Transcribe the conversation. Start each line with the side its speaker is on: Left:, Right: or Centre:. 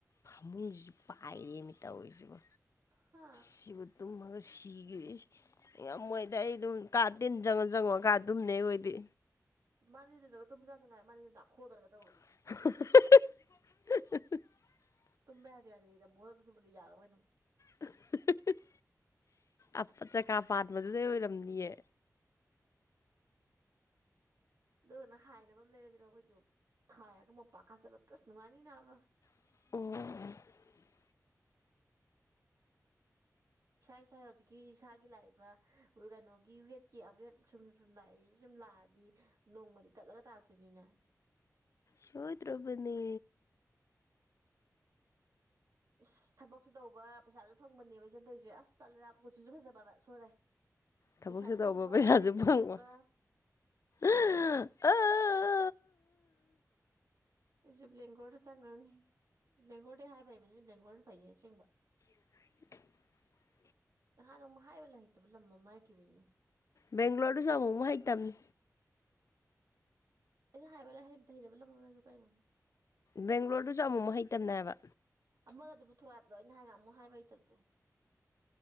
Left: ꯐꯃꯨꯡꯁꯤꯁꯨ ꯄꯥꯏꯔꯦꯃꯤ ꯇꯧꯔꯤꯁꯤꯕꯣ
Right: ꯍꯥ
Left: ꯁꯤꯕꯨ ꯇꯨꯝ ꯁꯤꯒ꯭ꯔꯦ ꯉꯝꯃꯣꯏꯗ ꯑꯩ ꯑꯗꯨꯝ ꯀꯥ ꯇꯤꯟ ꯆꯪꯉꯨ ꯆꯪꯉꯨꯔꯀꯥꯟ ꯇꯨꯝꯅꯦ ꯑꯩ ꯑꯣꯏꯗꯤ
Right: ꯃꯥꯗꯤ <unintelligible>
Left: <unintelligible>
Right: ꯇꯨꯝꯕ ꯌꯥꯗꯦ ꯌꯥꯗꯦꯁꯦ <unintelligible> ꯌꯥꯔꯕ ꯀꯩꯅꯣ
Left: <unintelligible> ꯑꯞ ꯆꯀꯥ ꯄꯥꯟꯕꯗꯨꯗꯩ ꯑꯣꯏꯔꯝꯅꯤꯌꯦ
Right: ꯗꯨꯗꯨꯅ ꯍꯥꯏꯅꯕ ꯑꯃ ꯂꯩꯔꯁꯤꯔꯣ ꯑꯩꯈꯣꯏꯁꯨ ꯊꯥꯔꯒ ꯃꯣꯝꯄꯥꯛꯀꯥ ꯍꯥꯞꯆꯤꯜꯂꯒ ꯑꯁ ꯅꯨꯡꯉꯥꯏꯅꯤ ꯅꯥꯕ
Left: ꯑꯣ
Right: ꯏꯁꯥ ꯏꯁꯥ ꯍꯧꯖꯤꯛꯀꯤ ꯏꯁꯥꯒꯤ ꯂꯥꯛꯏꯕ ꯀꯩꯅꯣꯒꯤ ꯋꯦꯗꯀꯤ ꯑꯞꯒ꯭ꯔꯦꯗ ꯁꯨꯝ ꯁꯨꯝ ꯂꯥꯛꯏꯁꯦ ꯁꯨꯝ ꯂꯥꯛꯑꯗꯤ ꯅꯣꯡꯃꯗꯤ ꯇꯠꯂꯒ ꯇꯥꯔꯛꯇꯣꯏꯅꯤꯅ
Left: ꯁꯣꯏ ꯗ꯭ꯔꯕꯅꯦ
Right: ꯏꯁ ꯊꯕꯛꯁꯨ ꯇꯧꯕ ꯄꯩꯁꯥꯁꯨ ꯐꯪꯕꯅꯦꯕ ꯏꯆꯟ ꯇꯧꯔꯤꯁꯦ ꯑꯁ ꯇꯜꯂꯦꯕ ꯀꯨꯆꯨꯁꯨ ꯐꯖꯕ ꯍꯥꯏꯕ ꯁꯣꯏꯔꯦ
Left: ꯊꯕꯛꯁꯨ
Right: ꯄꯩꯁꯥꯁꯨ
Left: ꯇꯧꯕ
Right: ꯐꯪꯕ
Left: ꯄꯩꯁꯥꯁꯨ
Right: ꯀꯨꯆꯨꯁꯨ
Left: ꯐꯪꯕ
Right: ꯐꯖꯕ
Left: <unintelligible>
Right: ꯑꯩꯁꯨ ꯕ꯭ꯂꯦꯡꯒꯣꯔꯗ ꯆꯪꯈ꯭ꯔꯅꯤ ꯕ꯭ꯂꯦꯡꯒꯣꯔꯗ ꯍꯥꯏꯕ ꯍꯩꯕꯅꯤꯅ ꯕ꯭ꯂꯦꯡꯒꯣꯔꯅ ꯐꯩꯅꯦ ꯑꯁꯦꯡꯕ
Left: <inaudible>
Right: ꯅꯍꯥꯟ ꯑꯃ ꯍꯥꯏꯕ ꯍꯩꯇꯕ ꯂꯝ ꯑꯃ ꯍꯥꯏꯈꯤꯕꯅꯤꯅꯦ
Left: ꯕꯦꯡꯒ꯭ꯂꯣꯔꯗꯨꯁꯨ ꯑꯃꯨꯛ ꯑꯃꯨꯛ ꯍꯩꯇꯝꯅꯤ
Right: ꯑꯩꯅ ꯍꯥꯏꯕ <unintelligible> ꯀꯩꯅꯣ
Left: ꯕꯦꯡꯒ꯭ꯂꯣꯔꯗꯨꯁꯨ ꯑꯃꯨꯛ ꯑꯃꯨꯛ ꯍꯩꯇꯝꯅꯦ ꯍꯥꯏꯕ
Right: ꯑꯃꯗꯨ ꯄꯨꯊꯣꯔꯛꯑꯣ ꯍꯥꯏꯕꯗꯣ ꯑꯩꯅ ꯅꯍꯥꯟ ꯉꯥꯍꯥꯟꯃꯨꯛ ꯍꯥꯏꯕ ꯍꯩꯇꯕꯗꯣ